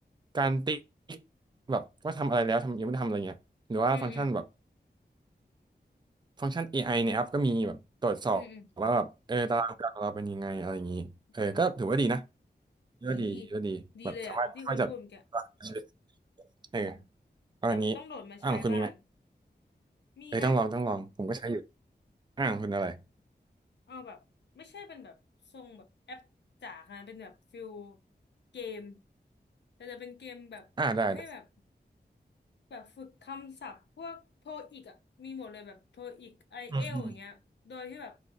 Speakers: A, on the right; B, on the left.
A: การติ๊กแบบว่าทำอะไรแล้วทำยังไม่ได้ทำอะไรเงี้ยหรือว่าฟังก์ชันแบบ
B: อืมอืม
A: ฟังก์ชัน AI ในแอปก็มีแบบตรวจสอบว่าแบบเออตารางการของเราเป็นยังไงอะไรอย่างนี้เออก็ถือว่าดีนะ
B: อืมอืมอ๋อ
A: ถือว่าดีถือว่าดีแบบสามารถช่วยจัดตารางชีวิต
B: ดี ดีเลยอ่ะที่คุณพูดเมื่อกี้
A: เออ
B: อืม
A: เอาอันนี้
B: แบบต้องโดดมาใช้บ้าง
A: อ่าของคุณมีไหม
B: มีนะ
A: เออต้องลองต้องลองผมก็ใช้อยู่อ่าของคุณอะไร
B: เอาแบบไม่ใช่เป็นแบบทรงแบบแอปจ๋าขนาดนั้นเป็นแบบฟิลเกมแต่จะเป็นเกมแบบให้แบบ
A: อ่าได้ได้
B: แบบฝึกคำศัพท์พวกโทอีกอ่ะมีหมดเลยแบบโทอีกไอเอลอย่างเงี้ยโดยที่แบบ
A: อืม